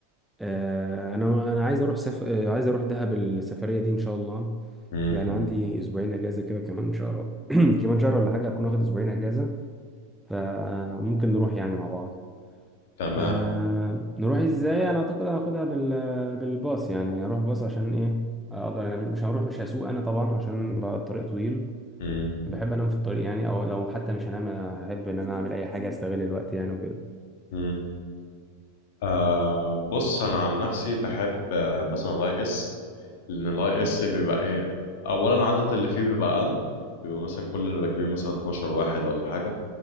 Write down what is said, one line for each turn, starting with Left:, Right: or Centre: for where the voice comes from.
Centre: آه، انا انا عايز اروح سف... آه، عايز اروح دهب السفريه دي ان شاء الله
Left: امم
Centre: يعني عندي اسبوعين اجازه كده كمان شهر <clears throat> كمان شهر ولا حاجه هكون واخد اسبوعين اجازه فممكن نروح يعني مع بعض
Left: تمام
Centre: أه نروح ازاي انا اعتقد هاخدها بال... بالباص يعني اروح باص عشان ايه اقدر انا مش هروح مش هسوق انا طبعا عشان بقى الطريق طويل
Left: امم
Centre: بحب انام في الطريق يعني او لو حتى مش هنام احب ان انا اعمل اي حاجه استغل الوقت يعني وكده
Left: امم آه بص أنا عن نفسي بحب آه، مثلا أي إس لأن الأي إس بيبقى إيه أولا العدد اللي فيه بيبقى أقل بيبقى مثلا كل اللي راكبين مثلا 12 واحد ولا حاجة